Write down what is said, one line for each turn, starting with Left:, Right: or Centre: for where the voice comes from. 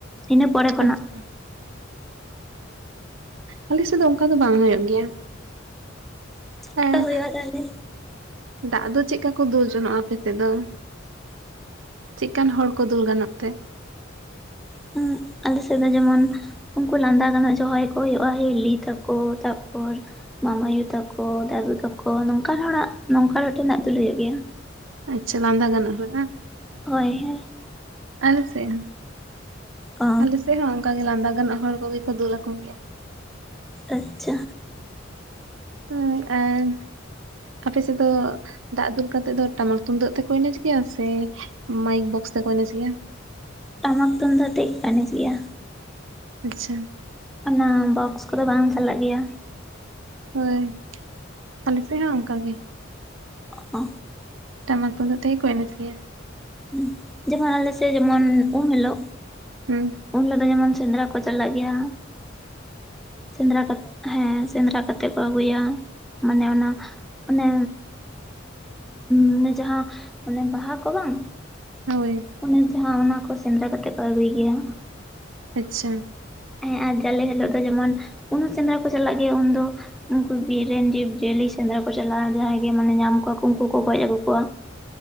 Centre: ᱤᱱᱟᱹ ᱯᱚᱨᱮ ᱠᱷᱚᱱ
Right: ᱟᱪᱪᱷᱟ
Centre: ᱟᱜ
Right: ᱟᱞᱮ ᱥᱮᱫ ᱫᱚ ᱚᱱᱠᱟ ᱫᱚ ᱵᱟᱝ ᱦᱩᱭᱩᱜ ᱜᱮᱭᱟ
Centre: <unintelligible>
Right: ᱟᱨ
Centre: ᱦᱩᱭᱩᱜᱼᱟ ᱛᱟᱞᱦᱮ
Right: ᱫᱟᱜ ᱫᱚ ᱪᱮᱫ ᱞᱮᱠᱟ ᱠᱚ ᱫᱩᱞ ᱡᱚᱱᱚᱜᱼᱟ ᱟᱯᱮ ᱥᱮᱫ ᱫᱚ ᱪᱮᱫ ᱠᱟᱱ ᱦᱚᱲ ᱠᱚ ᱫᱩᱞ ᱜᱟᱱᱚᱜ ᱛᱮ
Centre: ᱦᱩᱸ ᱟᱞᱮ ᱥᱮᱫ ᱫᱚ ᱡᱮᱢᱚᱱ ᱩᱱᱠᱩ ᱞᱟᱸᱫᱟ ᱜᱟᱱᱚᱜ ᱡᱟᱦᱟᱭ ᱠᱚ ᱦᱳᱭᱳᱜᱼᱟ ᱦᱤᱞᱤ ᱛᱟᱠᱚ ᱛᱟᱯᱚᱨ ᱢᱟᱢᱟᱭᱩ ᱛᱟᱠᱚ ᱫᱟᱫᱩ ᱛᱟᱠᱚ ᱱᱚᱝᱠᱟᱱ ᱦᱚᱲ ᱟᱜ ᱱᱚᱝᱠᱟᱱ ᱦᱚᱲ ᱴᱷᱮ ᱦᱸᱟᱜ ᱫᱩᱞ ᱦᱩᱭᱩᱜ ᱜᱮᱭᱟ
Right: ᱟᱪᱪᱷᱟ ᱞᱟᱸᱫᱟ ᱜᱟᱱᱚᱜ ᱦᱚᱲ ᱵᱟᱝ
Centre: ᱦᱳᱭ ᱦᱳᱭ
Right: ᱟᱞᱮ ᱥᱮᱫ ᱦᱚᱸ
Centre: ᱚ
Right: ᱟᱞᱮ ᱥᱮᱫ ᱦᱚᱸ ᱚᱱᱠᱟ ᱜᱮ ᱞᱟᱸᱫᱟ ᱜᱟᱱᱚᱜ ᱦᱚᱲ ᱠᱚᱜᱮ ᱠᱚ ᱫᱩᱞ ᱟᱠᱚ ᱜᱮᱭᱟ
Centre: ᱟᱪᱪᱷᱟ
Right: ᱦᱳᱭ ᱟᱨ ᱟᱯᱮ ᱥᱮᱫ ᱫᱚ ᱫᱟᱜ ᱫᱩᱞ ᱠᱟᱛᱮᱜ ᱫᱚ ᱴᱟᱢᱟᱠ ᱛᱩᱢᱫᱟᱹᱜ ᱛᱮᱠᱚ ᱮᱱᱮᱡ ᱜᱮᱭᱟ ᱥᱮ ᱢᱟᱭᱤᱠ ᱵᱚᱠᱥ ᱛᱮᱠᱚ ᱮᱱᱮᱡᱽ ᱜᱮᱭᱟ
Centre: ᱴᱟᱢᱟᱠ ᱛᱩᱢᱫᱟᱜ ᱟᱛᱮᱫ ᱜᱮᱠᱚ ᱮᱱᱮᱡᱽ ᱜᱮᱭᱟ
Right: ᱟᱪᱪᱷᱟ
Centre: ᱚᱱᱟ ᱵᱚᱠᱥ ᱠᱚᱫᱚ ᱵᱟᱝ ᱪᱟᱞᱟᱜ ᱜᱮᱭᱟ
Right: ᱦᱳᱭ ᱟᱞᱮ ᱥᱮᱫ ᱦᱚᱸ ᱚᱱᱠᱟ ᱜᱮ
Centre: ᱚ
Right: ᱴᱟᱢᱟᱠ ᱛᱩᱢᱫᱟᱜ ᱛᱮᱜᱮ ᱠᱚ ᱮᱱᱮᱡ ᱜᱮᱭᱟ
Centre: ᱦᱩᱸ ᱡᱮ ᱢᱚᱱ ᱟᱞᱮ ᱥᱮᱫ ᱡᱮᱢ ᱚᱱ ᱩᱸᱢ ᱦᱤᱞᱳᱜ
Right: ᱦᱩᱸ
Centre: ᱩᱱ ᱦᱤᱞᱳᱜ ᱫᱚ ᱡᱮ ᱢᱚᱱ ᱥᱮᱸᱫᱽᱨᱟ ᱠᱚ ᱪᱟᱞᱟᱜ ᱜᱮᱭᱟ ᱥᱮᱸᱫᱽᱨᱟ ᱦᱮᱸ ᱥᱮᱸᱫᱽᱨᱟ ᱠᱟᱛᱮᱜ ᱠᱚ ᱟᱹᱜᱩᱭᱟ ᱢᱟᱱᱮ ᱚᱱᱟ ᱚᱱᱮ ᱢᱟᱱᱮ ᱡᱟᱦᱟ ᱢᱟᱱᱮ ᱵᱟᱦᱟ ᱠᱚ ᱵᱟᱝ
Right: ᱦᱳᱭ
Centre: ᱚᱱᱮ ᱡᱟᱦᱟ ᱚᱱᱟ ᱠᱚ ᱥᱮᱸᱫᱽᱨᱟ ᱠᱟᱛᱮᱫ ᱠᱚ ᱟᱹᱜᱩᱭ ᱜᱮᱭᱟ
Right: ᱟᱪᱪᱷᱟ
Centre: ᱦᱮᱸ ᱟᱨ ᱡᱟᱞᱮ ᱦᱤᱞᱳᱜ ᱫᱚ ᱡᱮ ᱢᱚᱱ ᱩᱱ ᱦᱚᱸ ᱥᱮᱸᱫᱽᱨᱟ ᱠᱚ ᱪᱟᱞᱟᱜ ᱜᱮᱭᱟ ᱩᱱᱫᱚ ᱩᱱᱠᱩ ᱵᱤᱨ ᱨᱮᱱ ᱡᱤᱵᱽ ᱡᱤᱭᱟᱹᱞᱤ ᱥᱮᱸᱫᱽᱨᱟ ᱠᱚ ᱪᱟᱞᱟᱜᱼᱟ ᱡᱟᱸᱦᱟᱭ ᱜᱮ ᱢᱟᱱᱮ ᱧᱟᱢ ᱠᱚᱣᱟ ᱠᱚ ᱩᱱᱠᱩ ᱠᱚ ᱜᱚᱡ ᱟᱹᱜᱩ ᱠᱚᱣᱟ